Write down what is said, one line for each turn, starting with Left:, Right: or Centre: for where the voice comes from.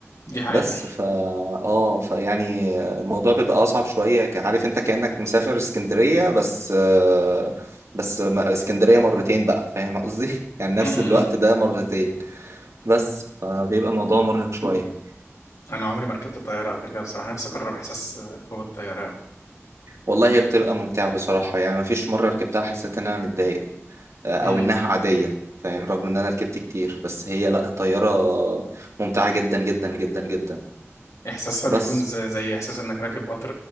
Left: دي حقيقة
Right: بس فا اه فيعني الموضوع بيبقى اصعب شويه ك- عارف انت كانك مسافر اسكندريه بس آه، بس ما- اسكندريه مرتين بقى فاهم قصدي <laughs> يعني نفس
Left: امم
Right: الوقت ده مرتين بس فبيبقى الموضوع مرهق شويه
Left: انا عمري ما ركبت طيارة قبل كده بصراحة نفسي اجرب احساس آه، ركوب الطيارة أوي
Right: والله هي بتبقى ممتعه بصراحه يعني مفيش مره ركبتها حسيت ان انا متضايق او
Left: امم
Right: انها عاديه فاهم رغم ان انا ركبت كتير بس هي لا الطياره ممتعه جدا جدا جدا جدا
Left: احساسها
Right: بس
Left: بيكون زي, زي احساس انك راكب قطر